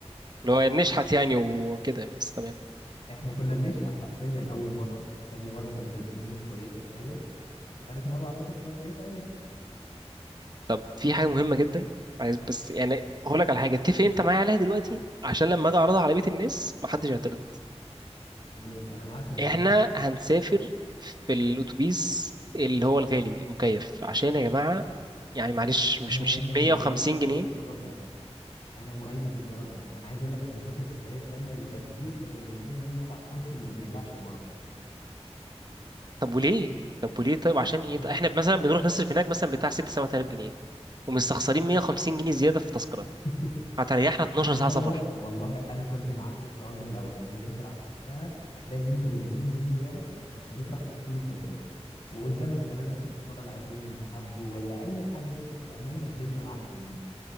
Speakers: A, on the right; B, on the left.
A: اللي هو نشحت يعني وكده بس تمام
B: احنا كنا بنشحت حرفيا اول مره تاني مره كانت الامور كويسه شويه تالت مره اعتقد تبقى كويسه قوي بقى
A: طب في حاجة مهمة جدا عايز بس يعني هقول لك على حاجة اتفق انت معايا عليها دلوقتي عشان لما اجي اعرضها على بيت الناس محدش هيعترض
B: قول لي انا معاك من غير
A: احنا
B: ما تقول
A: هنسافر في الاتوبيس اللي هو الغالي المكيف عشان يا جماعة يعني معلش
B: انا
A: مش مش
B: 100%
A: ال 150
B: مؤيد
A: جنيه
B: للقرار ده انا مؤيد للقرار ده انا عايز اقول لك احنا فاكر السفريه التانيه اللي فاتت دي احنا كنا بنتخانق مين يقعد على الكرسي اللي ما بيرجعش لورا
A: طب وليه طب وليه طيب عشان ايه
B: ما انا
A: طيب احنا مثلا بنروح نصرف هناك مثلا بتاع 6 7000 جنيه ومستخسرين 150 جنيه زيادة في تذكرة
B: <laughs>
A: هتريحنا 12
B: انا
A: ساعة
B: خلي
A: سفر
B: بالك والله انا كنت معاك في القرار ده من الاول قصدي هي انت لو حسبتها هتلاقي ان انت ب 200 جنيه زياده بس اشتريت راحتك طول السفريه وقدامك كمان ممكن تتفرج على فيلم انت حابه ولا اي حاجه نفسك تعملها الدنيا معاك تمام